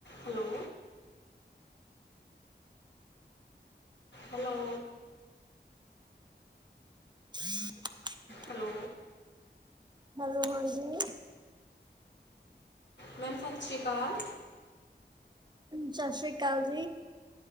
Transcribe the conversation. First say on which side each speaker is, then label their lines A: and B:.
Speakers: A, on the left (about 75°); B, on the right (about 25°).
A: Hello hello
B: <inaudible>
A: hello
B: hello, ਹਾਂਜੀ।
A: Ma'am ਸਤਿ ਸ਼੍ਰੀ ਅਕਾਲ।
B: ਸਤਿ ਸ਼੍ਰੀ ਅਕਾਲ ਜੀ।